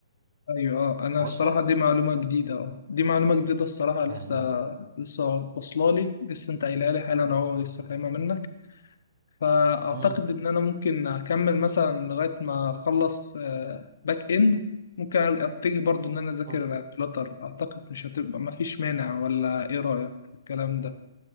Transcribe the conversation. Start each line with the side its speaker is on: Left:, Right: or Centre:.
Left: ايوه اه انا
Right: واصلك
Left: الصراحه دي معلومه جديده اه دي معلومه جديده الصراحه لسه
Right: يعني
Left: لسه واصله لي لسه انت قايلها لي حالا اهو لسه فاهمها منك فاعتقد
Right: مم.
Left: ان انا ممكن اكمل مثلا لغايه ما اخلص آه، باك اند ممكن اتجه برضو ان انا اذاكر
Right: مم.
Left: فلاتر اعتقد مش هتبقى ما فيش مانع ولا ايه رايك في الكلام ده